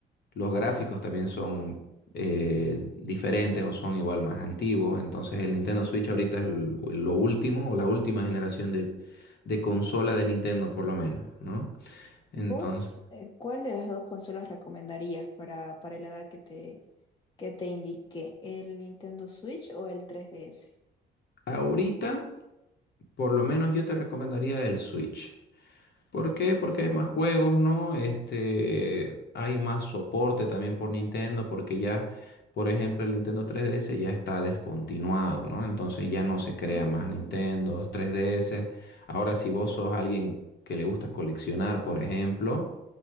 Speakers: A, on the left (about 55°); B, on the left (about 25°).
A: los gráficos también son eh, diferentes o son igual más antiguos. Entonces el Nintendo Switch ahorita es l- lo último o la última generación de, de consola de Nintendo por lo menos, ¿no? Entonces,
B: ¿Vos eh, cuál de las dos consolas recomendarías para, para la edad que te, que te indiqué? ¿El Nintendo Switch o el tres D S
A: ahorita por lo menos yo te recomendaría el Switch. ¿Por qué? Porque
B: Ya.
A: hay más juegos, ¿no? Este, hay más soporte también por Nintendo, porque ya, por ejemplo, el Nintendo 3DS ya está descontinuado, ¿no? Entonces ya no se crea
B: Mm,
A: más Nintendo 3DS. Ahora, si vos sos alguien que le gusta coleccionar, por ejemplo,